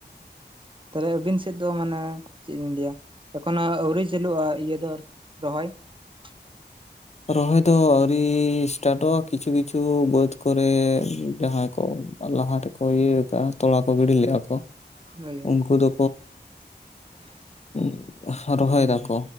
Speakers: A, on the right (about 30°); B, on the left (about 40°).
A: ᱛᱟᱦᱞᱮ ᱟᱹᱵᱤᱱ ᱥᱮᱫ ᱫᱚ ᱢᱟᱱᱮ ᱪᱮᱫ ᱤᱧ ᱞᱟᱹᱭᱟ ᱮᱠᱷᱚᱱᱳ ᱟᱹᱣᱨᱤ ᱪᱟᱹᱞᱩᱜᱼᱟ ᱤᱭᱟᱹ ᱫᱚ ᱟᱨ <unintelligible> ᱨᱚᱦᱚᱭ? <inaudible>
B: ᱨᱚᱦᱚᱭ ᱫᱚ ᱟᱹᱣᱨᱤ ᱥᱴᱟᱴᱚᱜᱼᱟ ᱠᱤᱪᱷᱩ ᱠᱤᱪᱷᱩ ᱵᱟᱹᱫᱽ ᱠᱚ ᱨᱮ ᱡᱟᱦᱟᱸᱭ ᱠᱚ ᱞᱟᱦᱟ ᱨᱮᱠᱚ ᱤᱭᱟᱹ ᱠᱟᱜ-ᱟ ᱛᱚᱲᱟ ᱠᱚ ᱜᱤᱰᱤ ᱞᱮᱜᱼᱟ ᱠᱚ
A: ᱦᱳᱭ
B: ᱩᱱᱠᱩ ᱫᱚ
A: <inaudible>
B: <inaudible> ᱨᱚᱦᱚᱭ ᱫᱟ ᱠᱚ